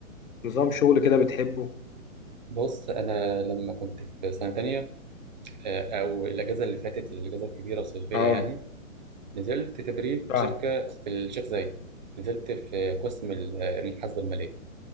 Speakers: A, on the left (about 70°); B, on the right (about 35°).
A: نظام شغل كده بتحبه
B: بص انا لما كنت في سنه تانية آه، او الاجازه اللي فاتت الاجازه الكبيره الصيفيه
A: اه
B: يعني نزلت تدريب
A: فاهم
B: في شركه في الشيخ زايد نزلت في قسم ال- المحاسبه الماليه